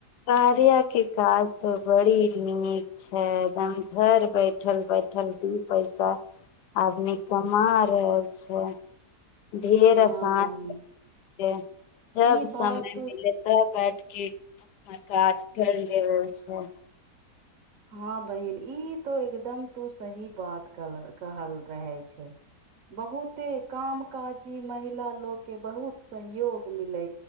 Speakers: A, on the left; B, on the right.
A: कार्या काज तऽ बड़ी नीक छै एकदम घर बैठल बैठल दू पैसा आदमी कमा रहल छै ढेर
B: हँ
A: आसान
B: बहिन
A: छै जब
B: ई बात
A: समय
B: तो
A: मिले तब बैठके <unintelligible> आज कल रहल छै
B: हँ बहिन ई तो एकदम तू सही बात कहल रहे छै बहुते काम काजी महिला लोग के बहुत सहयोग मिले